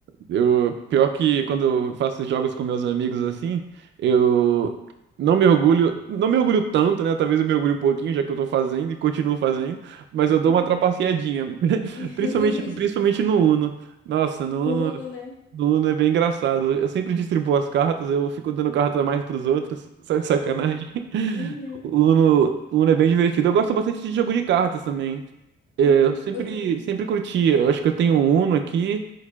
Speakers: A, on the right; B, on the left.
A: Eu, pior que quando eu faço jogos com meus amigos assim, eu não me orgulho, não me orgulho tanto, né? Talvez eu me orgulhe um pouquinho, já que eu tô fazendo e continuo fazendo, mas eu dou
B: Uhum.
A: uma trapaceadinha. <laughs>
B: <laughs>
A: Principalmente, principalmente no Uno. Nossa, no
B: No
A: Uno,
B: Uno, né?
A: no Uno é bem engraçado. Eu sempre distribuo as cartas, eu fico dando carta a mais pros outros, <laughs> só de sacanagem.
B: Hum,
A: <laughs>
B: uhum,
A: O Uno, o Uno é bem divertido. Eu gosto bastante de jogo de cartas também.
B: hum,
A: É, Eu sempre,
B: eu também.
A: sempre curti. Eu acho que eu tenho um Uno aqui.